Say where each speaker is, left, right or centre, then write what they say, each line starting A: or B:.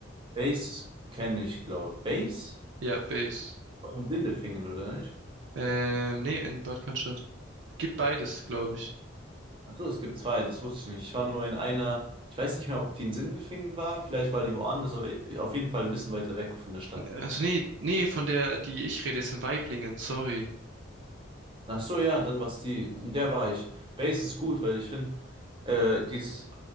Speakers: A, on the right; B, on the right.
A: Bass kenne ich, glaube ich. Bass?
B: Ja, Base.
A: Aus dem Sindelfingen, oder nicht?
B: Ähm, nee, in Bad Cannstatt. Gibt beides, glaube ich.
A: Achso, es gibt zwei, das wusste ich nicht. Ich war nur in einer, ich weiß nicht mehr, ob die in Sindelfingen war, vielleicht war die woanders, aber auf jeden Fall ein bisschen weiter weg von der Stadt.
B: Also nee, nee, von der, die ich rede, ist in Waiblingen, sorry.
A: Ach so, ja, dann war die, in der war ich. Bass ist gut, weil ich finde, äh, die ist,